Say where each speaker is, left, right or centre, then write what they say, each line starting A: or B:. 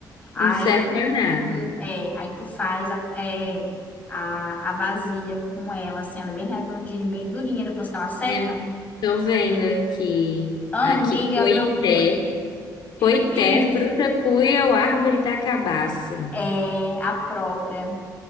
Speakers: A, on the left; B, on the left.
A: Aí
B: não serve
A: tu,
B: pra nada.
A: hum, é, aí tu faz a, é, a, a vasilha com ela, assim, ela é bem redondinha, bem durinha, depois que ela seca.
B: É, tô vendo aqui.
A: Amiga,
B: Aqui, coité.
A: meu. <laughs>
B: Coité,
A: Isso.
B: fruta cuia ou árvore da cabaça.
A: É a própria.